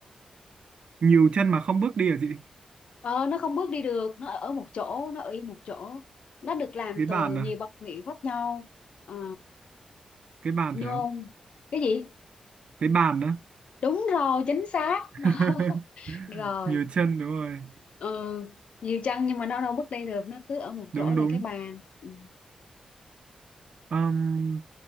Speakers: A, on the right (about 60°); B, on the left (about 75°).
A: nhiều chân mà không bước đi à chị
B: Ờ, nó không bước đi được, nó ở một chỗ, nó ở yên một chỗ. Nó được làm
A: cái
B: từ
A: bàn
B: nhiều
A: à
B: vật liệu khác nhau. Ờ,
A: cái bàn
B: nhôm,
A: phải không
B: cái gì?
A: cái bàn đó
B: Đúng rồi, chính xác.
A: <laughs>
B: Đó. <laughs> Rồi,
A: nhiều chân đúng rồi
B: ừ, nhiều chân nhưng mà nó đâu bước đi được, nó cứ ở một
A: đúng
B: chỗ là
A: đúng
B: cái bàn. Ừ.
A: Ừm,